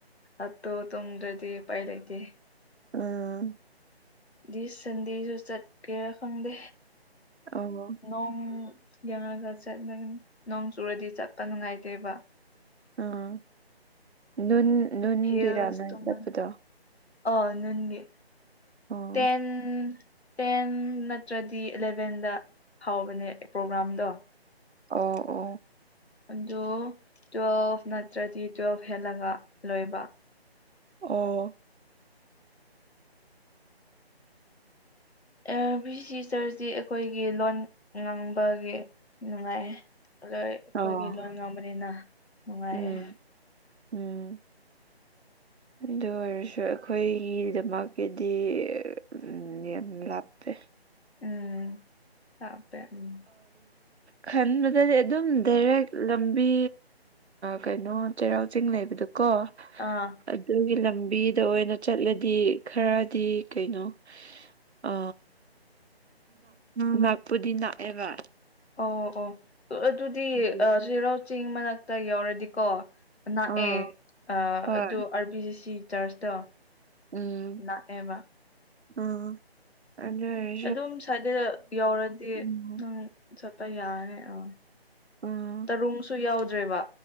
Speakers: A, on the left (about 80°); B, on the right (about 85°).
A: ꯑꯇꯣ ꯇꯣꯡꯗ꯭ꯔꯗꯤ ꯎꯄꯥꯏ ꯂꯩꯇꯦ
B: ꯎꯝ
A: ꯗꯤꯁ ꯁꯟꯗꯦꯁꯨ ꯆꯠꯀꯦꯔꯥ ꯈꯪꯗꯦ
B: ꯑꯣ
A: ꯅꯣꯡ ꯌꯦꯡꯉꯒ ꯆꯠꯂꯒ ꯅꯣꯡ ꯆꯨꯔꯗꯤ ꯆꯠꯄ ꯅꯨꯡꯉꯥꯏꯇꯦꯕ
B: ꯎꯥ ꯅꯨꯟ ꯅꯨꯡꯟꯒꯤꯔꯥꯅꯥꯏ
A: ꯍꯤꯜꯁ ꯇꯣꯡꯅ
B: ꯆꯠꯄꯗꯣ
A: ꯑꯥ ꯅꯨꯟ ꯒꯤ
B: ꯑꯣ
A: ꯇꯦꯟ ꯇꯦꯟ ꯅꯠꯇ꯭ꯔꯗꯤ ꯑꯦꯂꯚꯦꯟꯗ ꯍꯥꯎꯕꯅꯦ ꯄ꯭ꯔꯣꯒ꯭ꯔꯥꯝꯗꯣ
B: ꯑꯣ ꯑꯣ
A: ꯑꯗꯨ ꯇꯨꯋꯦꯜꯐ ꯅꯠꯇ꯭ꯔꯗꯤ ꯇꯨꯋꯦꯜꯐ ꯍꯦꯜꯂꯒ ꯂꯣꯏꯕ
B: ꯑꯣ
A: ꯑ ꯑꯥꯔ ꯕꯤ ꯁꯤ ꯆꯔꯆꯁꯤ ꯑꯩꯈꯣꯏꯒꯤ ꯂꯣꯟ ꯉꯥꯡꯕꯒꯤ ꯅꯨꯡꯉꯥꯏꯌꯦ ꯑꯗꯣꯏ ꯑꯩꯈꯣꯏꯒꯤ
B: ꯑꯣ
A: ꯂꯣꯟ ꯉꯥꯡꯕꯅꯤꯅ ꯅꯨꯡꯉꯥꯏꯌꯦꯦ
B: ꯎꯝ ꯎꯝ ꯑꯗꯨ ꯑꯣꯏꯔꯁꯨ ꯑꯩꯈꯣꯏꯒꯤꯗꯃꯛꯇꯥꯗꯤ ꯎꯝ ꯌꯥꯝ ꯂꯞꯄꯦ
A: ꯎꯝ ꯂꯥꯞꯄꯦ ꯎꯝ
B: ꯈꯟꯕꯗꯗꯤ ꯑꯗꯨꯝ ꯗꯥꯏꯔꯦꯛ ꯂꯝꯕꯤ ꯀꯩꯅꯣ ꯆꯩꯔꯥꯎ ꯆꯤꯡ ꯂꯩꯕꯗꯨꯀꯣ
A: ꯑꯥ
B: ꯑꯗꯨꯒꯤ ꯂꯝꯕꯤꯗ ꯑꯣꯏꯅ ꯆꯠꯂꯗꯤ ꯈꯔꯗꯤ ꯀꯩꯅꯣ ꯑ ꯥꯅꯥꯛꯄꯨꯗꯤ ꯅꯛꯑꯕꯥ
A: ꯑꯣ ꯑꯣ ꯑꯗꯨꯗꯤ
B: ꯑꯗꯨ
A: ꯆꯩꯔꯥꯎ ꯆꯤꯡ ꯃꯅꯥꯛꯇ ꯌꯥꯎꯔꯗꯤꯀꯣ ꯂꯥꯛꯑꯦ
B: ꯑꯥ
A: ꯑꯗꯨ
B: ꯍꯣꯏ
A: ꯑꯥꯔꯕꯤ ꯖꯤ ꯁꯤ ꯆꯔꯆꯇꯣ
B: ꯎꯝ
A: ꯅꯛꯑꯦꯕ
B: ꯑ ꯑꯗꯨꯑꫭꯏ
A: ꯑꯗꯨꯝ ꯁꯗꯦꯗ ꯌꯧꯔꯗꯤ
B: ꯎꯝ
A: ꯅꯪ ꯆꯠꯄ ꯌꯥꯅꯤ ꯑ
B: <unintelligible>
A: ꯇꯔꯨꯡꯁꯨ ꯌꯥꯎꯗ꯭ꯔꯦꯕ